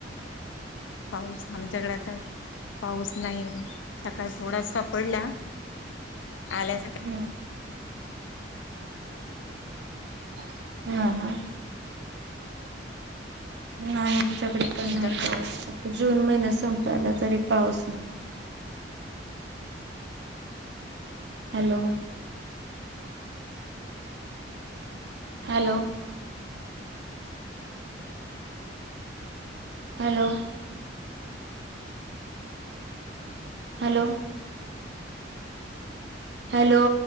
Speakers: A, on the left; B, on the right.
A: पाऊस आमच्याकडे आता. पाऊस नाही सकाळ थोडा सा पडला. आल्यास
B: हम्म
A: <unintelligible>
B: <unintelligible> नाहीं <unintelligible>
A: तुमच्याकडे
B: जून महिन्या संपयला तरी पाऊस नाय. Hello. Hello. Hello. Hello. Hello.